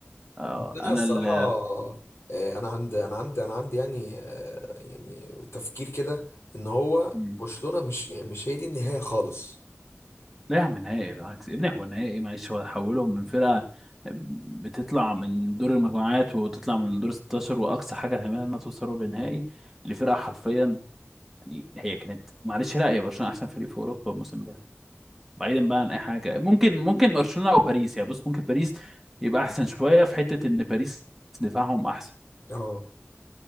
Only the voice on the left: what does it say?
بس انا
الصراحة
آه، انا عندي انا عندي انا عندي يعني آه، يعني تفكير كده ان هو
برشلونة مش يعني مش هي دي النهاية خالص
اه